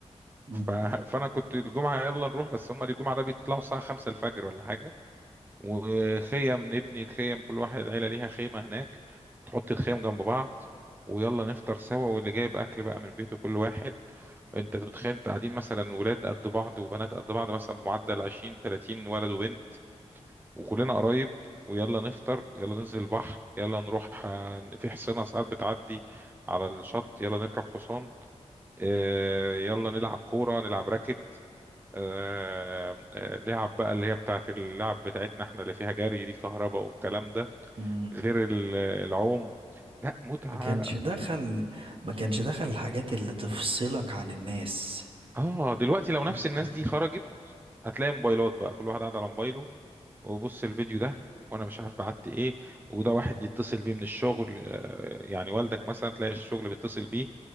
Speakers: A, on the right; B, on the right.
A: مم.
B: ف... فانا كنت الجمعه يلا نروح بس هم الجمعه ده بيطلعوا الساعه 5 الفجر ولا حاجه وخيم نبني الخيم كل واحد العيله ليها خيمه هناك تحط الخيم جنب بعض ويلا نفطر سوا واللي جايب اكل بقى من بيته كل واحد انت متخيل انت قاعدين مثلا ولاد قد بعض وبنات قد بعض مثلا بمعدل 20 30 ولد وبنت وكلنا قرايب ويلا نفطر يلا ننزل البحر يلا نروح آه، في حصينة ساعات بتعدي على الشط يلا نركب حصان آه، يلا نلعب كورة نلعب راكت آه، آه، لعب بقى اللي هي بتاعت اللعب بتاعتنا احنا اللي فيها جري دي كهرباء والكلام ده
A: مم.
B: غير ال- العوم لا متعة
A: ما كانش دخل ما كانش دخل الحاجات اللي تفصلك عن الناس
B: اه دلوقتي
A: ما
B: لو
A: كانش
B: نفس الناس
A: في-
B: دي خرجت هتلاقي موبايلات بقى كل واحد قاعد على موبايله وبص الفيديو ده وانا مش عارف بعت ايه وده واحد يتصل بيه من الشغل آه، يعني والدك مثلا تلاقي الشغل بيتصل بيه